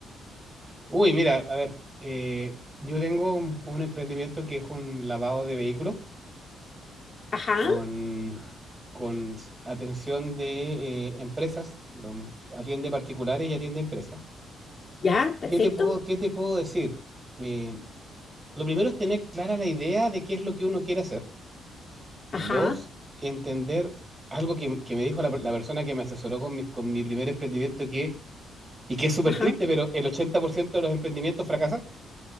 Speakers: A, on the right; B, on the left.
A: Uy, mira, a ver, eh, yo tengo un, un emprendimiento que es un lavado de vehículos
B: Ajá,
A: con, con s- atención de eh, empresas, lo- atiende particulares y atiende empresas.
B: ya, perfecto.
A: ¿Qué te puedo, qué te puedo decir? Eh, lo primero es tener clara la idea de qué es lo que uno quiere hacer.
B: Ajá,
A: Dos, entender algo que, que me dijo la, per- la persona que me asesoró con mi, con mi primer emprendimiento que, y que es súper
B: ajá,
A: triste, pero el 80% de los emprendimientos fracasan,